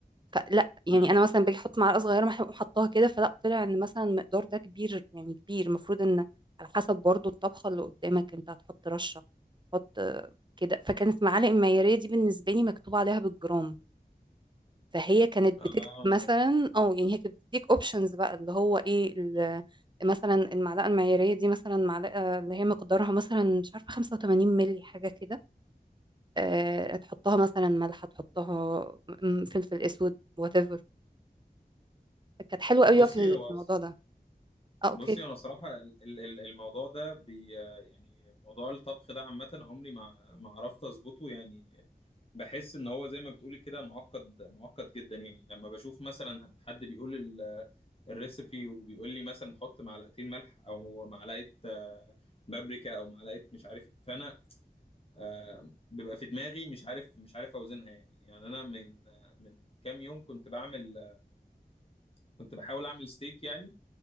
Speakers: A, on the right; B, on the left.
A: فلا يعني
B: مم.
A: انا مثلا باجي احط معلقه صغيره ما أحب حطاها كده فلا طلع ان مثلا المقدار ده كبير يعني كبير المفروض ان على حسب برضو الطبخه اللي قدامك انت هتحط رشه تحط آه، كده فكانت معالق المعياريه دي بالنسبه لي مكتوب عليها بالجرام فهي كانت
B: اه
A: بتكتب مثلا اه يعني هي كانت بتديك اوبشنز بقى اللي هو ايه ال- مثلا المعلقه المعياريه دي مثلا معلقه اللي هي مقدارها مثلا مش عارفه 85 مللي حاجه كده أه تحطها مثلا ملح تحطها م- فلفل اسود whatever كانت حلوة قوي
B: بصي
A: بقى في ال-
B: هو
A: في الموضوع ده اه اوكي
B: بصي انا صراحه ال- ال- الموضوع ده بي يعني موضوع الطبخ ده عامه عمري ما ما عرفت اظبطه يعني بحس ان هو زي ما بتقولي كده معقد معقد جدا يعني لما بشوف مثلا حد بيقول ال- الريسيبي وبيقول لي مثلا حط معلقتين ملح او معلقه آه، بابريكا او معلقه مش عارف إيه، فانا آه، بيبقى في دماغي مش عارف مش عارف اوزنها يعني يعني انا من آه، من كام يوم كنت بعمل كنت بحاول اعمل ستيك يعني